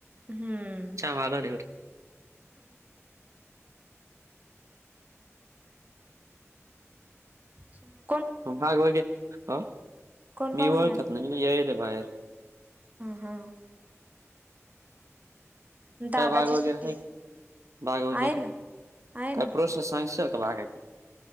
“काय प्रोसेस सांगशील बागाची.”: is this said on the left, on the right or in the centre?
Right